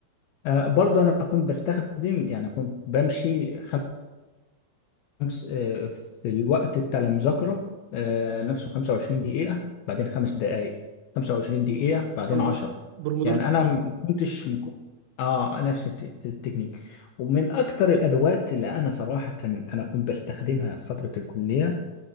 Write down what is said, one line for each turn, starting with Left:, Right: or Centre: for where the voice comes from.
Left: آه، برضه أنا كنت بستخدم يعني كنت بمشي خمس خمس آه، في الوقت بتاع المذاكرة آه، نفسه 25 دقيقة بعدين خمس دقايق 25 دقيقة بعدين
Right: برومو-
Left: 10
Right: برومودور
Left: يعني
Right: كتير
Left: أنا ما كنتش اه نفس الت- التكنيك ومن أكتر الأدوات اللي أنا صراحة أنا كنت بستخدمها في فترة الكلية